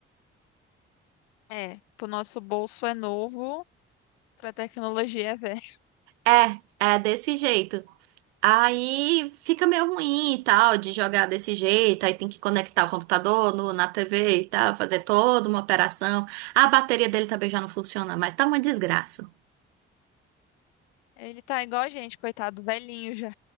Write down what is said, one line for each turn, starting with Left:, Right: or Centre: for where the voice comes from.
Left: É, pro nosso bolso é novo, pra tecnologia é velho.
Right: É, é desse jeito. Aí fica meio ruim e tal de jogar desse jeito, aí tem que conectar o computador no- na TV e tal, fazer toda uma operação. A bateria dele também já não funciona mais, tá uma desgraça.
Left: Ele tá igual a gente, coitado, velhinho já.